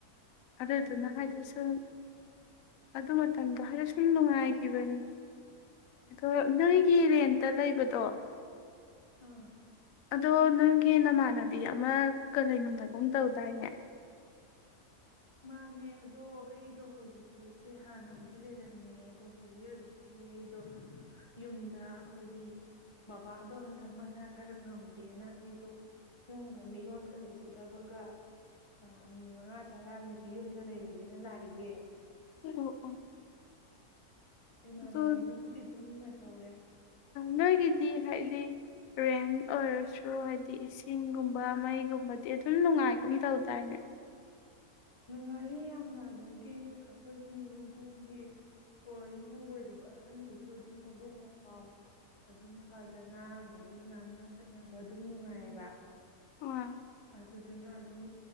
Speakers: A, on the left; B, on the left.
A: ꯑꯗꯨꯗꯨꯅ
B: ꯃꯥꯅꯦ ꯏꯆꯦ
A: ꯍꯥꯏꯗꯤ ꯁꯨꯝ ꯑꯗꯨ ꯃꯇꯝꯗꯣ ꯍꯥꯏꯗꯤ ꯁꯨꯝ ꯅꯨꯡꯉꯥꯏꯈꯤꯕꯅꯤ ꯑꯗꯣ ꯅꯣꯏꯒꯤ ꯔꯦꯟꯇ ꯂꯩꯕꯗꯣ
B: ꯑꯥ
A: ꯑꯗꯣ ꯅꯪꯒꯤ ꯅꯃꯥꯟꯅꯕꯤ ꯑꯃꯒ ꯂꯩꯃꯤꯟꯅꯒꯨꯝ ꯇꯧꯗꯥꯏꯅꯦ
B: ꯃꯥꯅꯦ ꯑꯗꯣ ꯑꯩꯗꯣ ꯍꯧꯖꯤꯛꯇꯣ ꯏꯆꯦ ꯍꯥꯟꯅꯕꯨꯗꯤ ꯂꯩꯔꯝꯃꯦ ꯑꯗꯣ ꯍꯧꯖꯤꯛ ꯍꯧꯖꯤꯛꯇꯤ ꯑꯩꯗꯣ ꯌꯨꯝꯗ ꯑꯩꯈꯣꯏꯒꯤ ꯕꯕꯥꯗꯣ ꯍꯟꯇꯛ ꯃꯁꯥ ꯈꯔ ꯉꯝꯗꯦꯅ ꯑꯩꯗꯣ ꯌꯨꯝꯒ ꯃꯤꯔꯣꯟꯒ ꯂꯩꯖꯗꯕꯒ ꯅꯨꯃꯤꯠ ꯃꯉꯥ ꯇꯔꯥꯅꯤꯗꯤ ꯌꯨꯝꯗ ꯂꯩꯔꯨꯒꯦꯅ ꯂꯥꯛꯏꯌꯦ
A: ꯑꯣ ꯑꯣ
B: ꯏꯃꯥꯟꯅꯕꯤꯗꯨꯕꯨꯗꯤ
A: ꯑꯗꯣ
B: ꯑꯗꯨꯝ ꯂꯩ ꯍꯧꯔꯦ
A: ꯅꯣꯏꯒꯤꯗꯤ ꯍꯥꯏꯗꯤ ꯔꯦꯟ ꯑꯣꯏꯔꯁꯨ ꯍꯥꯏꯗꯤ ꯏꯁꯤꯡꯒꯨꯝꯕ ꯃꯩꯒꯨꯝꯕꯗꯤ ꯑꯗꯨꯝ ꯅꯨꯡꯉꯥꯏꯒꯨꯝ ꯇꯧꯗꯥꯏꯅꯦ
B: ꯅꯨꯡꯉꯥꯏꯌꯦ ꯌꯥꯝꯅ ꯑꯗꯒꯤ ꯑꯩꯈꯣꯏꯒꯤ ꯌꯨꯝꯕꯨꯒꯤ ꯑꯣ ꯌꯨꯝꯕꯨ ꯑꯣꯏꯔꯤꯕ ꯑꯍꯟꯗꯨꯁꯨ ꯑꯗꯨꯝ ꯃꯕꯨꯛ ꯃꯄꯥꯎ ꯑꯗꯨꯝ ꯐꯗꯅ ꯑꯗꯒꯤ ꯉꯥꯡꯅ ꯁꯛꯅꯕ ꯑꯗꯨꯝ ꯅꯨꯡꯉꯥꯏꯌꯦꯕ
A: ꯑ
B: ꯑꯗꯨꯗꯨꯅ ꯑꯗꯨꯝ